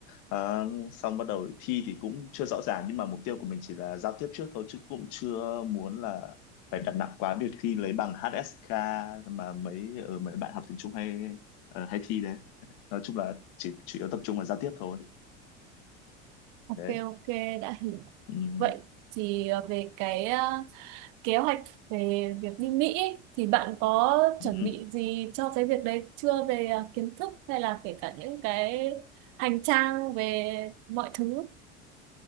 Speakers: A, on the left (about 60°); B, on the right (about 60°).
A: ờ, xong bắt đầu thi thì cũng chưa rõ ràng nhưng mà mục tiêu của mình chỉ là giao tiếp trước thôi chứ cũng chưa muốn là phải đặt nặng quá việc thi lấy bằng HSK mà mấy ở mấy bạn học tiếng Trung hay ờ, hay thi đấy nói chung là chỉ chủ yếu tập trung vào giao tiếp thôi
B: Ok
A: đấy
B: ok đã hiểu.
A: ừ.
B: Vậy thì à, về cái à, kế hoạch về việc đi Mỹ ấy, thì bạn có
A: <laughs>
B: chuẩn bị gì cho cái việc đấy chưa về à, kiến thức hay là kể cả những cái hành trang về mọi thứ?